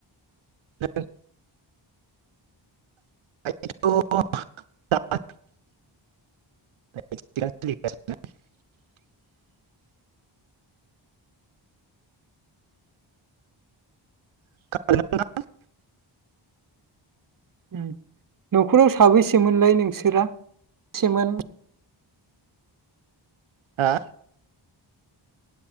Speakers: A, on the right; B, on the right.
A: <unintelligible> <unintelligible> <unintelligible>
B: उम न'खराव साबैसेमोनलाय नोंसोरा सेमोन?
A: हा